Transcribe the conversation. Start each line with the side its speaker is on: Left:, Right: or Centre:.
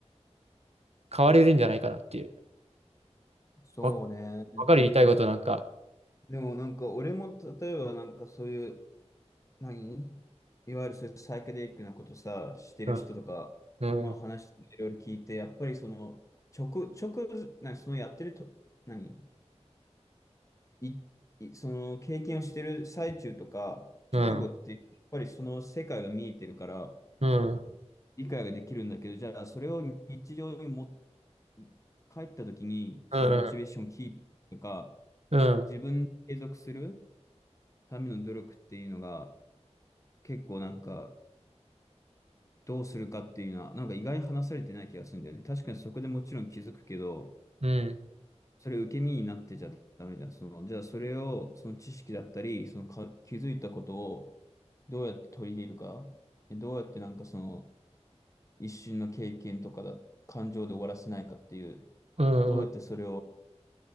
Right: 変われるんじゃないかなっていう。
Left: そうね。
Right: わ、わかる言いたいことなんか。
Left: でもなんか俺も例えばなんかそういう何いわゆるそういうサイケデリックなことさしてる人とか、
Right: うん、
Left: まあ、
Right: うん、
Left: 話していろいろ聞いてやっぱりその直、直何そのやってると何いいその経験をしてる最中とか直後ってやっぱりその世界が見えてるから
Right: うん、うん、
Left: 理解ができるんだけどじゃあそれを日常に持って帰った時に、
Right: うん、
Left: そのモチベーションをキープとか、
Right: うん、
Left: 自分で継続するための努力っていうのが、結構なんか、どうするかっていうのは、なんか意外に話されてない気がするんだよね。確かにそこでもちろん気づくけど、
Right: うん、
Left: それ受け身になってちゃダメじゃん。その、じゃあそれを、その知識だったり、そのか、気づいたことをどうやって取り入れるか、でどうやってなんかその、一瞬の経験とかだ、感情で終わらせないかっていう、
Right: うん。
Left: どうやってそれを